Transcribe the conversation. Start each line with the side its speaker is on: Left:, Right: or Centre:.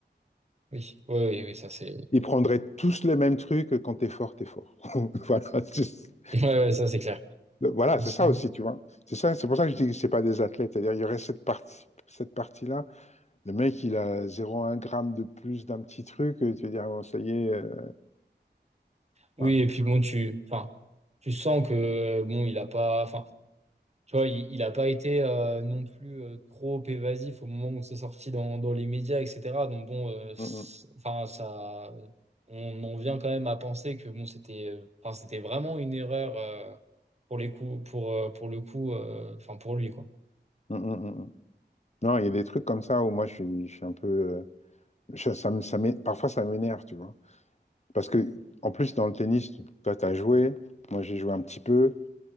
Right: Oui, oui, oui, oui, ça c'est.
Left: Ils prendraient tous le même truc, euh, quand t'es fort, t'es fort. <laughs> Voilà, c'est
Right: Ouais, ouais, ça c'est clair.
Left: voilà,
Right: Je pense,
Left: c'est ça
Right: euh,
Left: aussi, tu vois. C'est ça, c'est pour ça que je dis que c'est pas des athlètes. C'est-à-dire, il y aurait cette partie, cette partie-là. Le mec, il a 0,1 gramme de plus d'un petit truc, euh, tu veux dire, bon, ça y est. euh,
Right: Oui,
Left: ouais.
Right: et puis bon, tu, enfin, tu sens que bon, il a pas, enfin, tu vois, il, il a pas été euh, non plus euh, trop évasif au moment où c'est sorti dans, dans les médias, etc. Donc bon, euh, c'est-
Left: Mm,
Right: enfin, ça, on en vient quand même à penser que bon, c'était, euh, enfin, c'était vraiment une erreur euh, pour les coups, pour euh, pour le coup, euh, enfin pour lui quoi.
Left: mm, mm, mm, mm. mm. Non, il y a des trucs comme ça où moi, je suis, je suis un peu. euh, je- ça me- ça m'é- parfois, ça m'énerve, tu vois. Parce que, en plus, dans le tennis, toi, tu as joué, moi, j'ai joué un petit peu.